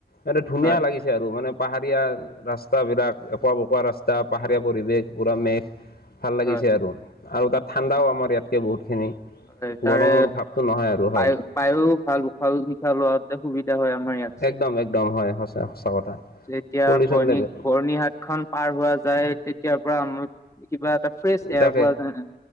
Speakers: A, on the left; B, on the left.
A: এইটো ধুনীয়া
B: হয়
A: লাগিছে আ আৰু মানে পাহাৰীয়া ৰাস্তাবিলাক একোৱা- বকোৱা ৰাস্তা পাহাৰীয়া পৰিৱেশ পুৰা মেঘ ভাল লাগিছে
B: হয়
A: আৰু- আৰু তাত ঠাণ্ডাও আমাৰ ইয়াতকে বহুতখিনি।
B: হয় তাৰে
A: গৰমৰ ভাৱটো নহয় আৰু
B: বায়
A: হয়
B: বায়ু ভাল উশাহ নিশাহ লোৱাতে সুবিধা হয় আমাৰ ইয়াত।
A: একদম একদম হয় সঁচা সঁচা কথা।
B: যেতিয়া
A: পলিউশ্যন
B: বৰ্ণি
A: লেভেল
B: বৰ্ণিহাট খন পাৰ হোৱা যায় তেতিয়াৰ পৰা কিবা এটা ফ্ৰেছ এয়াৰ
A: তাকে
B: পোৱা যায়।